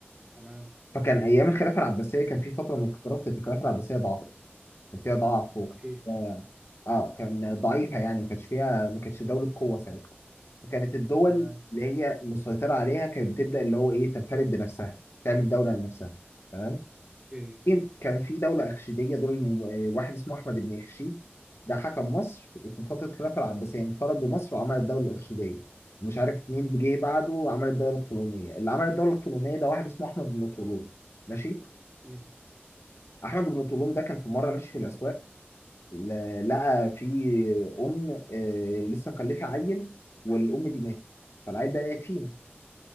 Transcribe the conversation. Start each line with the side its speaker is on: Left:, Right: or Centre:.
Right: تمام
Left: فكان ايام الخلافه العباسيه كان في فتره من الفترات كانت الخلافه العباسيه ضعف كان فيها ضعف وكان
Right: اوكي
Left: فيها اه كان ضعيفه يعني ما كانش فيها ما كانتش دوله قوه ساعتها وكانت الدول
Right: تمام
Left: اللي هي مسيطره عليها كانت بتبدا اللي هو ايه تنفرد بنفسها تعمل دوله لنفسها تمام
Right: اوكي
Left: إيه؟ كان في دوله اخشيديه دول آه، واحد اسمه احمد بن اخشيد ده حكم مصر وفي فتره الخلافه العباسيه انفرد بمصر وعمل الدوله الاخشيديه مش عارف مين جه بعده وعمل الدوله الطولونيه اللي عمل الدوله الطولونيه ده واحد اسمه احمد بن طولون ماشي
Right: مم.
Left: احمد بن طولون ده كان في مره ماشي في الاسواق ل- لقى في ام آه، لسه مخلفه عيل والام دي ماتت فالعيل بقى يتيم